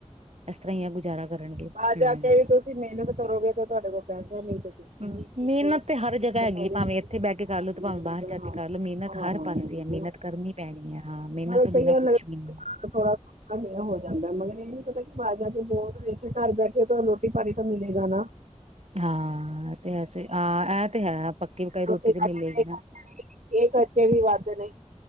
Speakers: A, on the right (about 60°); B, on the right (about 80°).
A: ਇਸ ਤਰ੍ਹਾਂ ਹੀ ਆ ਗੁਜ਼ਾਰਾ ਕਰਨਗੇ
B: ਬਾਹਰ
A: ਹਮ
B: ਜਾ ਕੇ ਵੀ ਤੁਸੀਂ ਮਿਹਨਤ ਕਰੋਗੇ ਤੇ ਤੁਹਾਡੇ ਕੋਲ ਪੈਸਾ ਨਹੀਂ ਤੇ। ਨੀ
A: ਹੂੰ
B: ਉੱਥੇ
A: ਮਿਹਨਤ
B: ਵੀ
A: ਤੇ ਹਰ
B: ਜਾਣ
A: ਜਗ੍ਹਾ
B: ਦਾ
A: ਹੈਗੀ।
B: ਫਾਇਦਾ
A: ਭਾਵੇਂ
B: ਹੀ ਨੀ
A: ਇੱਥੇ ਬਹਿ ਕੇ ਕਰ ਲੋ ਤੇ ਭਾਵੇ
B: ਮਿਹਨਤ
A: ਬਾਹਰ ਜਾ
B: ਹਾਂ
A: ਕੇ ਕਰਲੋ ਮਿਹਨਤ
B: ਹਾਂ
A: ਹਰ ਪਾਸੇ
B: ਉਹ
A: ਆ ਮਿਹਨਤ। ਕਰਨੀ ਪੈਣੀ ਹੈ ਹਾਂ ਮਿਹਨਤ
B: ਮਗਰ
A: ਤੋਂ ਬਿਨਾਂ
B: ਕਈਆਂ
A: ਕੁਝ
B: ਨੂੰ ਲੱਗਦਾ
A: ਵੀ ਨਹੀਂ।
B: ਥੋੜਾ। ਕਮਾਈਆਂ ਹੋ ਜਾਂਦਾ ਮਗਰ ਇਹ ਨੀ ਪਤਾ ਕਿ ਬਾਾਹਰ ਜਾ ਕੇ ਬਹੁਤ ਇੱਥੇ ਘਰ ਬੈਠੇ ਤੁਹਾਨੂੰ ਰੋਟੀ ਪਾਣੀ ਤਾਂ ਮਿਲੇਗਾ ਨਾ।
A: ਹਾਂ ਤੇ ਹਾਂ ਇਹ ਤੇ ਸਹੀ ਹੈ ਪੱਕੀ ਪਕਾਈ ਰੋਟੀ
B: ਉੱਥੇ
A: ਤੇ
B: ਜਾ
A: ਮਿਲੇਗੀ
B: ਕੇ
A: ਨਾ
B: ਇਹ ਖਰਚੇ ਵੀ ਵੱਧ ਨੇ।